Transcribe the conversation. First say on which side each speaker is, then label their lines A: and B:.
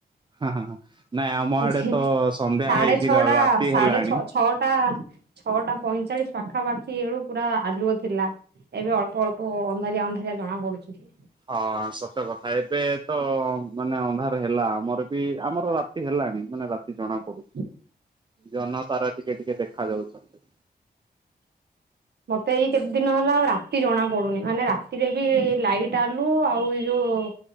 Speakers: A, on the right (about 25°); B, on the right (about 80°).
A: ହାଁ-ହାଁ-ହାଁ। ନାଇଁ ଆମ ଆଡେ
B: ଯେ
A: ତ ସନ୍ଧ୍ୟା
B: ସାଢେ
A: ହେଇକି
B: ଛଅଟା
A: ରା-ରାତି
B: ସାଢେ
A: ହେଲାଣି।
B: ଛଅ ଛଅଟା ଛଅଟା ପଇଁଚାଳିଶ ପାଖାପାଖି ବେଳୁ ପୁରା ଆଲୁଅ ଥିଲା। ଏବେ ଅଳ୍ପ ଅଳ୍ପ ଅନ୍ଧାରିଆ ଅନ୍ଧାରିଆ ଜଣା ପଡୁଛି।
A: ହଁ ସତ କଥା ଏବେ ତ ମାନେ ଅନ୍ଧାର ହେଲା, ଆମର ବି ଆମର ରା ତି ହେଲାଣି ମାନେ ରାତି ଜଣା ପଡୁ
B: ହଁ
A: ଜହ୍ନ ତାରା ଟିକେ ଟିକେ ଦେଖା ଯାଉଛନ୍ତି।
B: ମତେ ଏଇ କେତ ଦିନ ହେଲା ଆଉ ରାତି ଜଣା ପଡୁନି, ମାନେ ରାତିରେ ବି ଲାଇଟ୍ ଆଲୁଅ ଆଉ ଏଇ ଯୋଉ